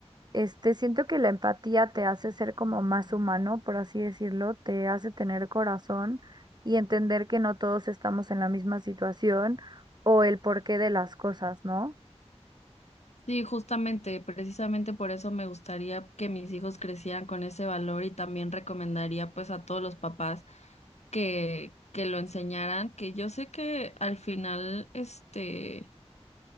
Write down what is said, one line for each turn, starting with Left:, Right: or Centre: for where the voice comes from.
Right: Este, siento que la empatía te hace ser como más humano, por así decirlo, te hace tener corazón y entender que no todos estamos en la misma situación o el porqué de las cosas, ¿no?
Left: Sí, justamente, precisamente por eso me gustaría que mis hijos crecieran con ese valor y también recomendaría pues a todos los papás que, que lo enseñaran, que yo sé que al final, este,